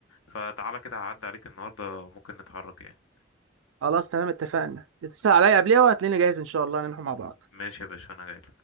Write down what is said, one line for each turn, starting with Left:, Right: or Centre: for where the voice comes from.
Left: فتعالى كده هعدي عليك النهارده ممكن نتحرك يعني
Right: خلاص تمام اتفقنا تسأل عليا قبلها وهتلاقيني جاهز ان شاء الله نروح مع بعض
Left: ماشي يا باشا انا جاي